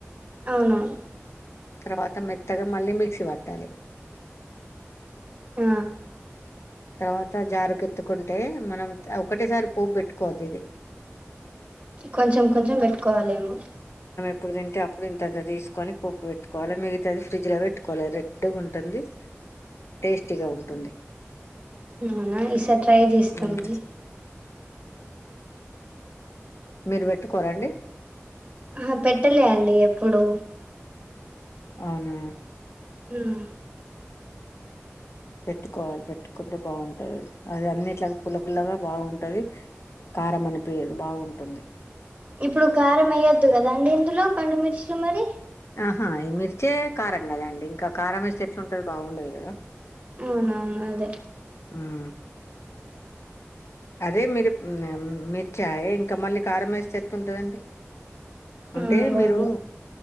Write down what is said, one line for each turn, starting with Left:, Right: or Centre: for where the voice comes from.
Right: ఔన్ ఔను.
Left: తర్వాత మెత్తగ, మళ్ళి మిక్సి భట్టాలి.
Right: ఆ
Left: తర్వాత జారుకెత్తుకుంటే, మనం త ఒకటెసారి పోప్ పెట్టుకోవద్దు ఇది.
Right: కొంచెం కొంచెం బెట్టుకోవాలేమొ.
Left: ఇప్పుడు తింటె అప్పుడు ఇంత ఇంత దీస్ కొని పోప్ పెట్టుకోవాలి మిగితాది ఫ్రిజ్ లో పెట్టుకోవాలి రెడ్డ్ గుంటుంది టేస్టీగ ఉంటుంది.
Right: అవున ఈసార్ ట్రై జేస్తమండి.
Left: ఉమ్ మీరు బెట్టుకోర అండి.
Right: ఆ ఆ పెట్టలె అండి ఎప్పుడు
Left: ఔనా
Right: హు మ్
Left: పెట్టుకోవాలి పెట్టుకుంటె బాగుంటదిఅది అది అన్నిట్లగ పుల్ల పుల్లగ బాగుంటది కారం అనిపియదు బాగుంటుంది.
Right: ఇప్పుడు కారం ఎయ్యద్దు గద అండి ఇందులొ పండుమిర్చులు మరి
Left: హ ఇమిర్చె కారం గద అండి ఇంక కారం యేస్తె ఎట్ల ఉంటది బాగుండదు కద
Right: ఔనవును అదె,
Left: ఉమ్మ్ అదె మిరప్ మ్ మె మ్ మీర్ చాయ ఇంక మళ్ళి కారం వేస్తె ఎట్టటుంటదండి అంటే
Right: అవును బాగుంది
Left: మీరు